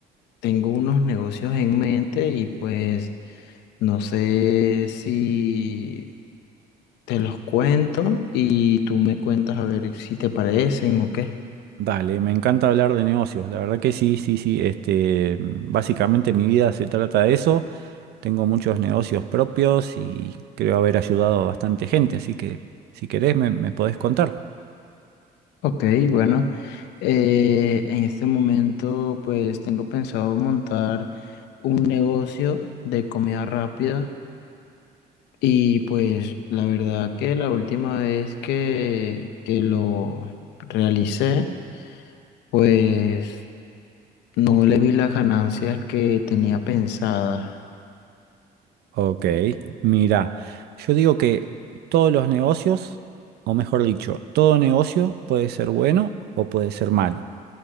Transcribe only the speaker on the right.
Dale, me encanta hablar de negocios. La verdad que sí, sí, sí. Este, básicamente mi vida se trata de eso. Tengo muchos negocios propios y creo haber ayudado a bastante gente, así que si querés me, me podés contar.
Ok, mira, yo digo que todos los negocios, o mejor dicho, todo negocio puede ser bueno o puede ser malo.